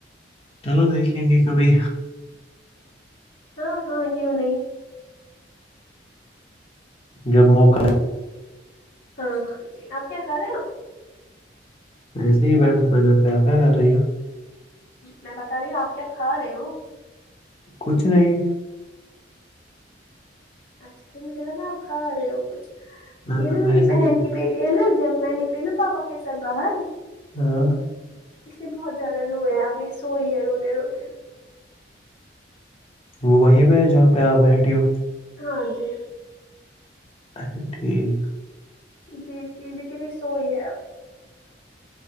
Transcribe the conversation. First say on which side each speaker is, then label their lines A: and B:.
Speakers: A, on the left; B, on the left.
A: چلو دیکھیں گے کبھی
B: ہاں ہاں کیوں نہیں
A: جب موقع
B: ہاں ہاں جی آپ کیا کھا رہے ہو
A: ایسے ہی بیٹھا تھا گھر پہ آپ کیا کر رہی ہو
B: میں بتا رہی ہوں آپ کیا کھا رہے ہو
A: کچھ نہیں
B: اچھا ٹھیک مجھے لگا آپ کھا رہے ہو کچھ
A: نہ
B: یہ
A: نہ
B: نا
A: میں
B: میری
A: ایسے
B: بہن
A: ہی بیٹھا
B: کی بیٹی نا جب میں نکلی نا پاپا کے سھ باہر
A: ہاں
B: اس نے بہت زیادہ رویا ہے اب یہ سوئی ہے روتے روتے
A: وہ وہیں پہ ہے جہاں پہ آپ بیٹھی ہو
B: ہاں جی
A: اھا ٹھیک
B: جی جی لیکی سو ہی ہے